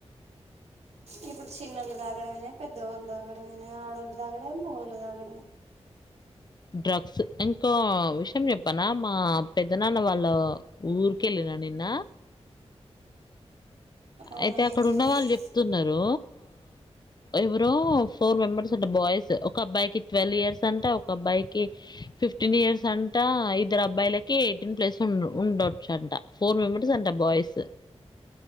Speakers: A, on the right (about 70°); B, on the left (about 40°).
A: ఇప్పుడు చిన్నల్లు తాగడమైనా పెద్దవాళ్ళు తాగడమైనా ఆడళ్లు తాగడం మొగళ్ళు తాగడం
B: డ్రగ్స్ ఇంకో విషయం చెప్పనా మా పెద్ద నాన్న వాళ్ళ ఊరికి వెళ్ళిన నిన్న
A: అవునా
B: అయితే అక్కడ
A: ఏం జరిగింది
B: ఉన్న వాళ్ళు చెప్తున్నారు. ఎవరో ఫోర్ మెంబర్స్ అంట బాయ్స్. ఒక అబ్బాయికి ట్వల్ ఇయర్స్ అంట. ఒక అబ్బాయికి ఫిఫ్టీన్ ఇయర్స్ అంట. ఇద్దరు అబ్బాయిలకి ఎయిటీన్ ప్లస్ ఉండ్ ఉండొచ్చు అంట. ఫోర్ మెంబర్స్ అంట బాయ్స్.